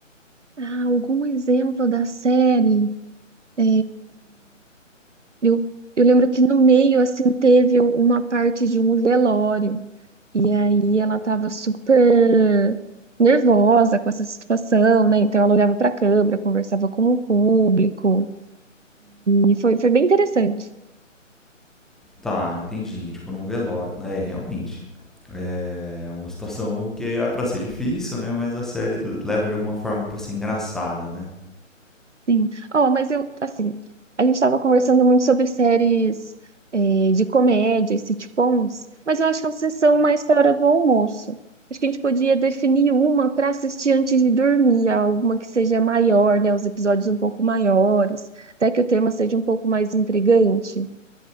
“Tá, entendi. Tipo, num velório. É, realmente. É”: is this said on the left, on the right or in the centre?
Centre